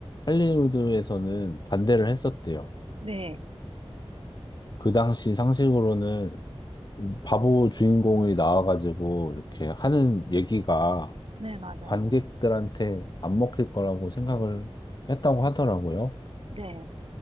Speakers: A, on the left (about 45°); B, on the right (about 60°).
A: 할리우드에서는 반대를 했었대요.
B: 네,
A: 그 당시 상식으로는 음, 바보 주인공이 나와가지고 이렇게 하는 얘기가
B: 네, 맞아요.
A: 관객들한테 안 먹힐 거라고 생각을 했다고 하더라고요.
B: 네.